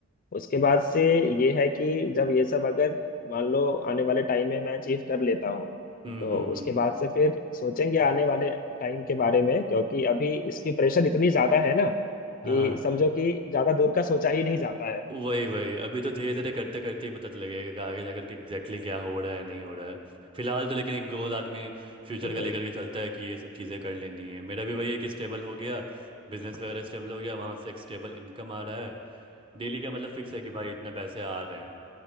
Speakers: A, on the left; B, on the right.
A: उसके बाद से ये है कि जब ये सब अगर मान लो आने वाले टाइम में मैं अचीव कर लेता हूँ
B: हम्म
A: तो
B: हम्म हम्म,
A: उसके बाद से फिर सोचेंगे आने वाले टाइम के बारे में क्योंकि अभी इसकी प्रेशर इतनी ज्यादा है ना
B: हाँ
A: कि समझो कि ज्यादा दूर का सोचा ही नहीं जाता है
B: वही वही अभी तो धीरे धीरे करते करते ही पता लगेगा कि आगे जाकर के एग्जैक्टली क्या हो रहा है नहीं हो रहा है फिलहाल तो लेकिन एक गोल आदमी फ्यूचर
A: वही
B: का लेकर के चलता है कि ये सब चीज़ें कर लेनी है मेरा भी वही है कि स्टेबल हो गया बिजनेस वगैरह स्टेबल हो गया वहाँ से एक स्टेबल इनकम आ रहा है डेली का मतलब फिक्स है कि भाई इतने पैसे आ रहे हैं